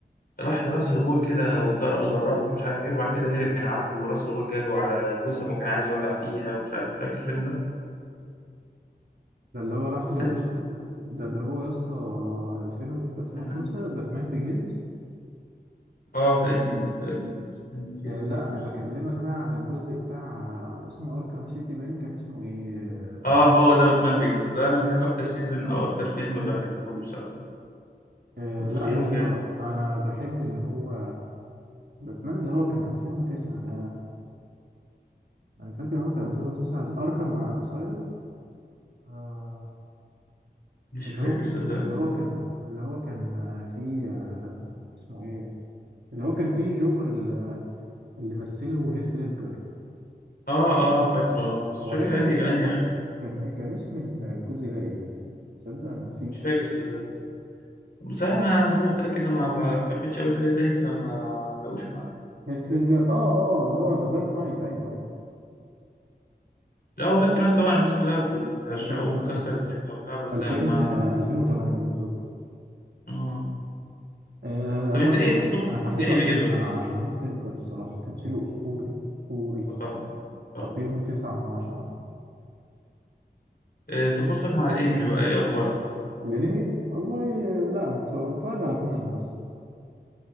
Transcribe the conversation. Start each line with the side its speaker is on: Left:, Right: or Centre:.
Left: راح لراس الغول كده واتضر- ودربه ومش عارف ايه وبعد كده هرب من عنده وراس الغول جاله على جثم وكان عايز يولع فيها ومش عارف فاكر الفيلم ده
Right: ده اللي هو راح
Left: استنى
Right: للجو ده اللي هو يا اسطى 2000 و- 2005
Left: استنى
Right: باتمان بيجينز
Left: اه تقريبا تقريبا استنى كده
Right: آه لا
Left: باتمان
Right: انا بكلمك بقى على الجزء بتاع آه، اسمه اركام سيتي باين كان اسمه ايه آه بات...
Left: اه هو ده باتمان بيجنز ده انا بحب اكتر سيزون او اكتر فيلم بحبه له بصراحه
Right: آه
Left: وتقييمه
Right: لا يا اسطى
Left: جامد
Right: انا بحب اللي هو باتمان اللي هو كان 2009 ده انا فاكر إن هو كان 2009 الاركام اسايلم آه
Left: مش
Right: اللي
Left: فاكر
Right: هو
Left: صدقني
Right: اللي هو كان اللي هو كان آه، فيه آه، اسمه ايه اللي هو كان فيه جوكر ال- اللي مثله هيث ليدجر
Left: اه اه فاكره اه بس
Right: هو
Left: مش فاكر
Right: ده كان
Left: انهي
Right: اس...
Left: انهي واحد
Right: كان كان اسم الجزء ده ايه تصدق انا نسيت
Left: مش فاكر صدقني بصراحه ما زي ما قلت لك كده ما تع- حبيتش اول حاجه تاني فما لقوش معايا
Right: هيث ليدجر اه اه اللي هو ذا دارك نايت ايوه ايوه
Left: لا هو دارك نايت طبعا الناس كلها بتعشقه
Right: دارك
Left: ومكسر
Right: نايت
Left: الدنيا وبتاع بس
Right: 2000
Left: ما
Right: آه، 2008 بالظبط
Left: اه
Right: آه
Left: طب
Right: هو
Left: انت
Right: انا
Left: ايه
Right: ح-
Left: طفولتك
Right: انا حبيته
Left: مع الانمي
Right: عشان
Left: ايه بقى؟
Right: عشان هيث ليدجر الصراحه تمثيله اسطوري اسطوري
Left: اه طبعا طبعا
Right: تقييمه تسعة من عشرة
Left: آه، طفولتك مع الانمي بقى ايه اخبارك؟
Right: الأنمي والله لا ما كنتش بتفرج على كونان بس